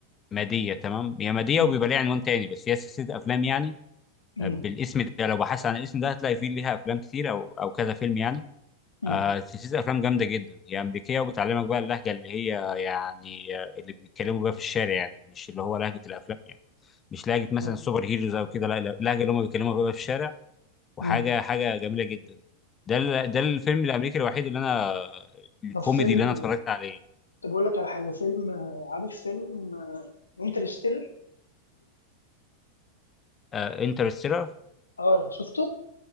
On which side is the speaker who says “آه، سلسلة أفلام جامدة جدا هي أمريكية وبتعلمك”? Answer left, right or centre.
Left